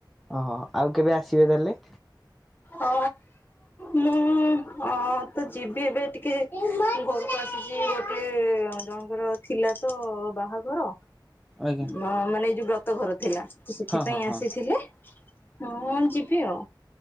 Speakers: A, in the centre; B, on the left.
A: ଓହୋ ଆଉ କେବେ ଆସିବେ ତାହେଲେ?
B: ଅ ମୁଁ ମୁଁ ଅ ତ ଯିବି ଏବେ ଟିକେ ଘରକୁ ଆସିଛି ଗୋଟେ ଜଣକୁ ଙ୍କର ଥିଲା ତ ବାହାଘର
A: ଆଜ୍ଞା
B: ମ ମାନେ ଏଇ ଯୋଉ ବ୍ରତ ଘର ଥିଲା। ତ ସେଥିପାଇଁ
A: ହଁ ହଁ ହଁ
B: ଆସିଥିଲେ ହଁ ଯିବି ଆଉ।